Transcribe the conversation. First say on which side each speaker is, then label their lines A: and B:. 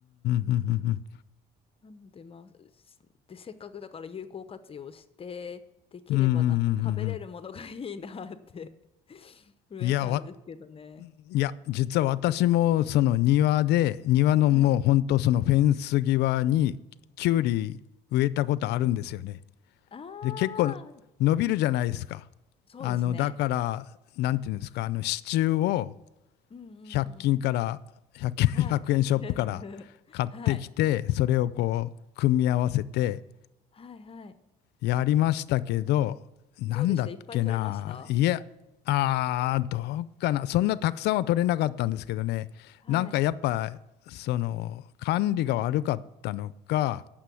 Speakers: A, on the left; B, on the left.
A: ふんふんふん
B: なので、まあ、すで、せっかくだから有効活用して、できればなんか食べれるものがいいなって
A: うーん。
B: <laughs> 植えたんですけどね。
A: いや、わ、いや、実は私もその庭で、庭のもうほんとそのフェンス際にきゅうり植えたことあるんですよね。
B: はい。あ
A: で、結構伸びるじゃないですか。
B: あ、そうですね。
A: あの、だから、なんていうんですか、あの支柱を、
B: うんうんうん。
A: 100均から1 0
B: はい。
A: <laughs> 円ショップから買ってきてそれをこう組み合わせて
B: <laughs> はい。はいはい。
A: やりましたけどなんだっけないやあーどうかなそんなたくさんは取れなかったんですけどねなんかやっぱその管理が悪かったのか
B: どうでしたいっぱい取れましたはい。